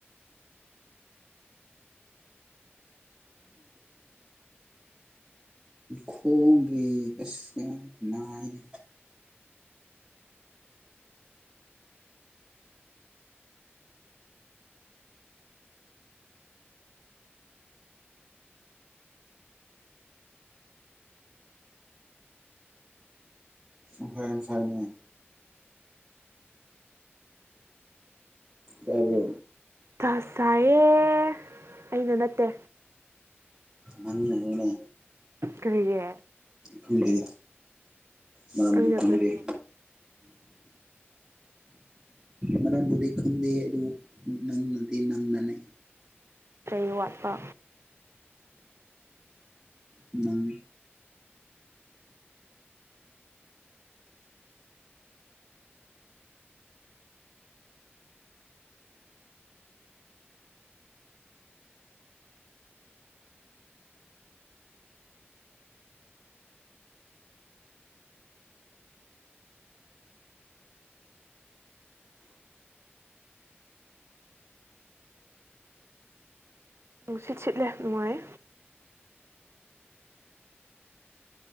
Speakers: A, on the right; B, on the right.
A: ꯈꯣꯡꯒꯤ ꯑꯁ ꯀꯩꯅꯣ ꯅꯥꯏꯅꯦ ꯁꯪꯐꯥꯏ <inaudible> ꯇꯕ꯭ꯔꯣ
B: ꯇ ꯁꯥꯏꯌꯦ ꯑꯩꯅ ꯅꯠꯇꯦ
A: ꯅꯪ ꯅꯅꯤꯅꯦ
B: ꯀꯔꯤꯒꯤ
A: ꯈꯣꯗꯦ ꯃꯔꯝꯗꯤ
B: ꯑꯩꯅ
A: ꯈꯪꯗꯦ
B: ꯀꯔꯤ ꯇꯧ
A: <inaudible> ꯃꯔꯝꯕꯨꯗꯤ ꯈꯪꯗꯦ ꯑꯗꯨ ꯅꯪꯅꯗꯤ ꯅꯪꯅꯅꯦ
B: ꯆꯩ ꯋꯥꯠꯄ
A: ꯅꯪ
B: ꯅꯨꯡꯁꯤꯠ ꯁꯤꯠꯂꯦ ꯅꯨꯡꯉꯥꯏ